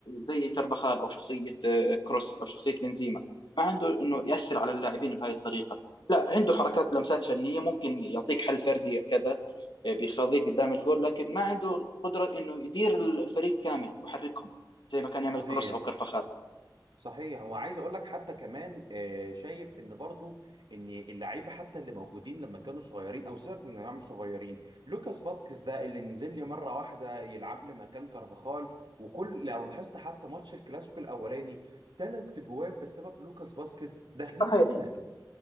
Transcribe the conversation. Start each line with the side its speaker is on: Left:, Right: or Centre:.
Left: زي كارفاخال أو شخصية آه، كروس أو شخصية بنزيما ما عنده إنه يأثر على اللاعبين بهاي الطريقة لا عنده حركات لمسات فنية ممكن يعطيك حل فردي كذا آه، بيخفضيك قدام الجول لكن ما عنده قدرة إنه يدير الفريق كامل ويحركهم زي ما كان يعمل
Right: صحيح
Left: كروس أو كارفاخال
Right: صحيح وعايز اقول لك حتى كمان آه، شايف ان برضو ان اللعيبه حتى اللي موجودين لما كانوا صغيرين او سيبك من انهم صغيرين لوكاس فاسكيز ده اللي نزل لي مره واحده يلعب لي مكان كارفاخال وكل لو لاحظت حتى ماتش الكلاسيكو الاولاني ثلاث جوان بسبب لوكاس فاسكيز داخلين
Left: صحيح
Right: فينا